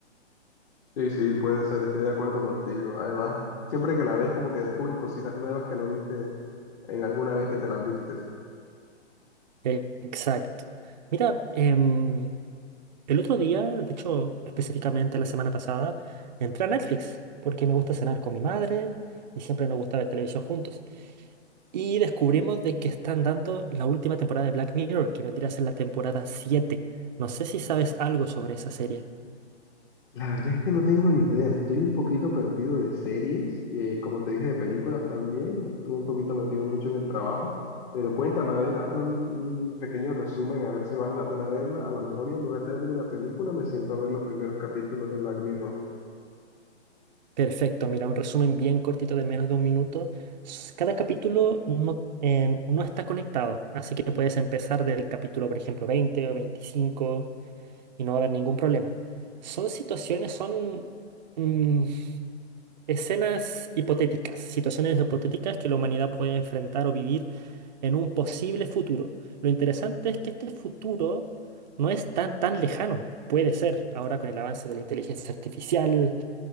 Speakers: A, on the left; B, on the right.
A: Sí, sí, puede ser, estoy de acuerdo contigo. Además, siempre que la ves, como que descubres cositas nuevas que no viste en alguna vez que te las viste.
B: Eh, exacto. Mira, em, el otro día, de hecho, específicamente la semana pasada, entré a Netflix porque me gusta cenar con mi madre y siempre nos gusta ver televisión juntos. Y descubrimos de que están dando la última temporada de Black Mirror, que vendría a ser la temporada siete No sé si sabes algo sobre esa serie.
A: La verdad es que no tengo ni idea. Estoy un poquito perdido de series, eh, como te dije, de películas también. Estuve un poquito metido mucho en el trabajo. Pero cuéntame, a ver, hazme un, un pequeño resumen, a ver si vale la pena verla. A lo mejor y en lugar de verme una película, me siento a ver los primeros capítulos de Black Mirror.
B: Perfecto, mira, un resumen bien cortito de menos de un minuto. S- Cada capítulo no, eh, no está conectado, así que puedes empezar del capítulo, por ejemplo, 20 o 25 y no va a haber ningún problema. Son situaciones, son mm, Escenas hipotéticas, situaciones hipotéticas que la humanidad puede enfrentar o vivir en un posible futuro. Lo interesante es que este futuro no es tan tan lejano. Puede ser, ahora con el avance de la inteligencia artificial,